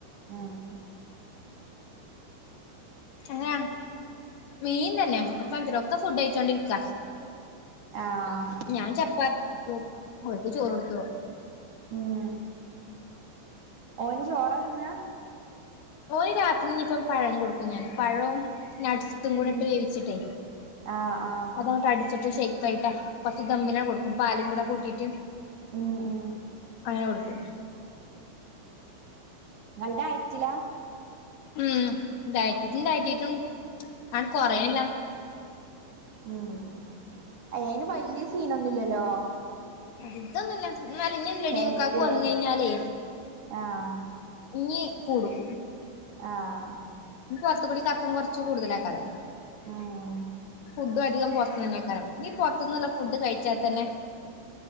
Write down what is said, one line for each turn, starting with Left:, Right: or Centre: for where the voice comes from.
Right: ആഹ്
Left: അങ്ങന മീൻ തന്നെ ഒപ്പ <unintelligible> ഒക്കെ ഫുഡ് കയിച്ചോണ്ടിരിക്ക
Right: ആഹ്
Left: ഞാൻ ചപ്പാ <unintelligible> ഒര്ക്ക് ചോറ് കൊടുത്തു
Right: ഉം ഓന് ചോറാ തിന്നാ
Left: ഒല് രാത്രി ഇനിപ്പം പഴം കൊടു ക്കും ഞാന് പഴോ നട്ട്സും കൂടെ
Right: ഉം
Left: ഇട്ട് വേവിച്ചിട്ടേ
Right: ആഹ് ആഹ്
Left: അതട്ട് അടിച്ചിട്ട് ഷെക്ക് ആായിട്ടാ കൊറച്ച് ദമ്മിൽ കൊടുക്കും പാലും കൂടെ കൂട്ടിട്ട്
Right: ഉം ഉം
Left: അങ്ങനെ കൊടുക്കും
Right: നട ആയിറ്റില്ല
Left: ഉം തായിറ്റിട്ടുണ്ടായിറ്റിട്ടും ആൻ കൊറെ <unintelligible>
Right: ഉം അയ്യയിന് വല്യസീനൊന്നുല്ലല്ലോ
Left: ഇതൊന്നുല്ല ന്നലിഞ്ഞിറെടിക്കക്ക്
Right: ഹെൽത്തിലെ
Left: വന്നയിഞ്ഞാലേ
Right: ആഹ്
Left: ഉഞ്ഞികൂടും
Right: ആഹ്
Left: ഇനി പുറത്തുകൂടി ചക്കംകൊറച്ച് കൂടുതലാക്കാ <unintelligible>
Right: ഉം
Left: ഫുഡു ധികം പൊർ ത്ത്ന്നേക്കാരം ഇഞി പൊറത്ത്ന്നുള്ള ഫുഡ് കഴിച്ചാ തന്നെ